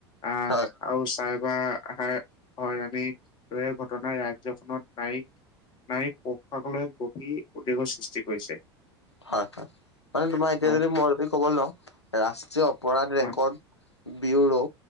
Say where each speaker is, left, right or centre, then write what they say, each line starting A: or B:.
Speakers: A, on the left; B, on the left.
A: আছ
B: হয়
A: আৰু চাইবাৰ আহাৰ হয়ৰাণী ঘটনাই ৰাজ্যখনত প্ৰায়য়ে নাৰীক পোখাকলৈ গভীৰ উদ্বেগৰ সৃষ্টি কৰিছে
B: হয় হয় মানে তোমাৰ এতিয়া
A: হয়,
B: যদি মই যদি কব লওঁ ৰাষ্ট্ৰীয় অপৰাধ ৰেকৰ্ড
A: হয়,
B: বিৱৰৌ